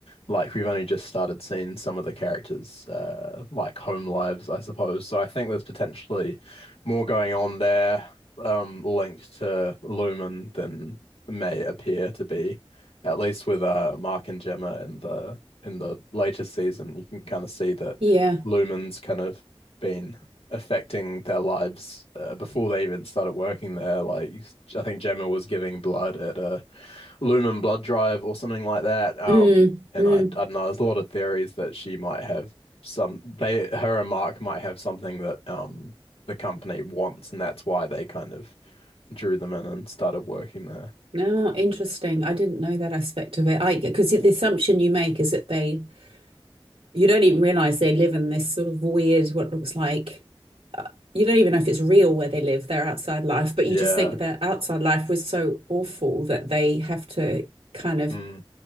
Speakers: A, on the left; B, on the right.
A: like we've only just started seeing some of the characters, uh, like home lives, I suppose. So I think there's potentially more going on there, um, linked to Lumen than may appear to be, at least with uh Mark and Gemma in the in the later season. You can kind of see that
B: yeah.
A: Lumen's kind of been affecting their lives uh, before they even started working there. Like I think Gemma was giving blood at a Lumen blood drive or something like that. Um,
B: Mm,
A: and
B: mm.
A: I, I don't know. There's a lot of theories that she might have some. They her and Mark might have something that um the company wants, and that's why they kind of drew them in and started working there.
B: No, interesting. I didn't know that aspect of it. I because the assumption you make is that they You don't even realize they live in this sort of weird, what looks like, you don't even know if it's real where they live, their outside life, but
A: Yeah.
B: you just think their outside life was so awful that they have to kind of
A: Mm.